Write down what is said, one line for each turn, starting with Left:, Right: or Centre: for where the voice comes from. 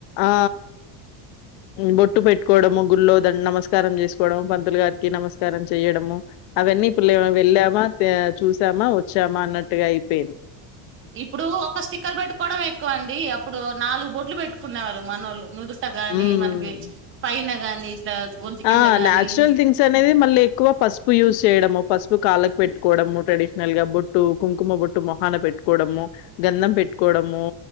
Left: ఆ ఉమ్ బొట్టు పెట్టుకోవడము గుల్లో ధం నమస్కారం చేసుకోవడము పంతులు గారికి నమస్ కారం చేయడము అవన్నీప్ ప్పుల్లేవు వెళ్ళామా తె చూసామా వచ్చామా అన్నట్టుగా అయిపోయిన్
Right: ఇప్పుడూ ఒక స్టిక్కర్ పెట్టుకోవడమే ఎక్కువ అండి, అప్పుడు నాలుగు బొట్లు పెట్టుకునేవాళ్ళు మనోళ్లు నుదుట్ గాని
Left: హ్మ్.
Right: మనకి పైన గాని ఇట్లా గొంతు కింద
Left: ఆ
Right: గాని
Left: నాచురల్ థింగ్స్ అనేది మళ్ళీ ఎక్కువ పసుపు యూజ్ చేయడము పసుపు కాళ్ళకు పెట్టుకోవడము ట్రెడిషనల్ గా బొట్టు కుంకుమ బొట్టు మొహాన పెట్టుకోవడము గంధం పెట్టుకో డము